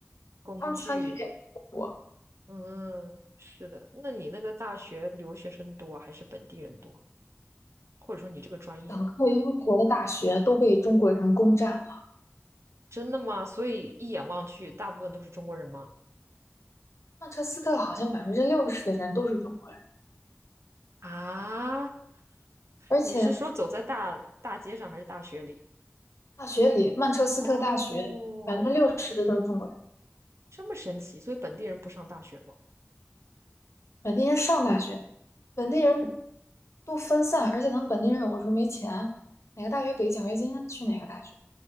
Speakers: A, on the right; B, on the left.
A: 工具，
B: 他们餐具也特别多。
A: 嗯，是的。那你那个大学留学生多还是本地人多？或者说你这个专业，
B: 整个英国的大学都被中国人攻占了，
A: 真的吗？所以一眼望去，大部分都是中国人吗？
B: 曼彻斯特好像百分之六十的人都是中国人，
A: 啊，
B: 而且
A: 你是说走在大大街上还是大学里？
B: 大学里曼彻斯特大学百分之六十的都是中国人。
A: 哦，这么神奇，所以本地人不上大学吗？
B: 本地人上大学，本地人都分散，而且他们本地人有的时候没钱，哪个大学给奖学金去哪个大学，